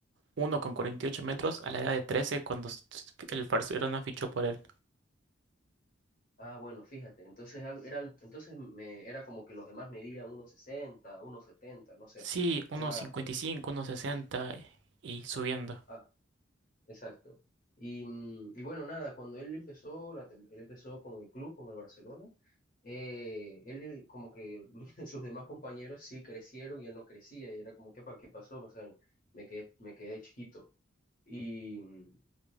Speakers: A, on the right; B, on the left.
A: 1,48 metros a la edad de 13 cuando s- s- el Barcelona fichó por él.
B: Ah, bueno, fíjate, entonces al- era, entonces me, era como que los demás medían uno sesenta, uno setenta, no sé.
A: Sí, uno
B: O sea,
A: 1,60 y cinco, uno sesenta y subiendo.
B: ah, exacto. Y, mm, y bueno, nada, cuando él empezó, la tem- él empezó con el club, con el Barcelona, eh, él como que <laughs> sus demás compañeros sí crecieron y él no crecía, y era como, ¿qué, pa- qué pasó? O sea, me quedé, me quedé chiquito. Y, mm,